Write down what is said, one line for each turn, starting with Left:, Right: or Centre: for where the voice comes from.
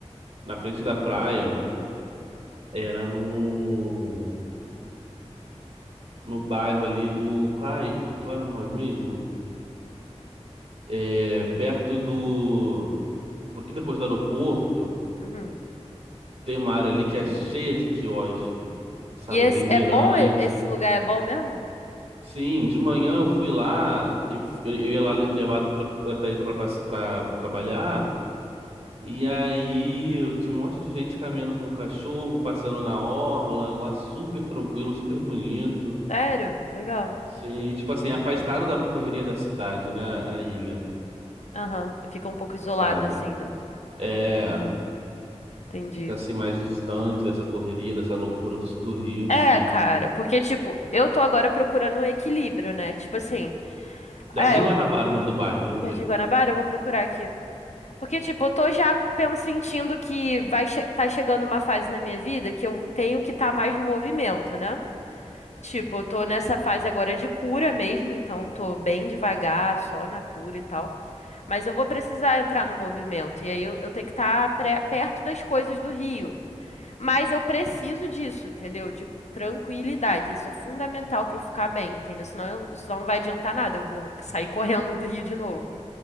Right: Na frente da praia era no, no bairro ali do. Ai, qual era o nome mesmo? É, perto do. Um pouquinho depois do aeroporto,
Left: uhum.
Right: tem uma área ali que é cheia de quiosque. Sabe,
Left: E esse,
Right: tem mirante.
Left: é bom? e- Esse lugar é bom mesmo?
Right: Sim, de manhã eu fui lá, eu, eu, eu ia lá levar a Catarina pra, pra trabalhar. E aí, eu tinha um monte de gente caminhando com cachorro, passando na orla, lá super tranquilo, super bonito.
Left: Sério? Legal.
Right: Sim, e, tipo assim, afastaram da correria da cidade, né, a ilha,
Left: Aham. Fica um pouco isolado
Right: sabe?
Left: assim, né?
Right: É,
Left: Entendi.
Right: fica assim mais distante dessa correria, dessa loucura do, do Rio em
Left: É,
Right: si.
Left: cara, porque, tipo, eu tô agora procurando um equilíbrio, né? Tipo assim, ah,
Right: Jardim
Left: eu
Right: Guanabara, é o nome do bairro, lembrei.
Left: Jardim Guanabara, eu vou procurar aqui. Porque, tipo, eu tô já pen- sentindo que vai che- tá chegando uma fase na minha vida que eu tenho que estar mais no movimento, né? Tipo, eu tô nessa fase agora de cura mesmo, então tô bem devagar, só na cura e tal. Mas eu vou precisar entrar no movimento, e aí eu, eu tenho que estar perto das coisas do Rio. Mas eu preciso disso, entendeu? De tranquilidade. Isso é fundamental pra eu ficar bem, entendeu? Senão, eu, senão não vai adiantar nada, eu vou sair correndo do Rio de novo,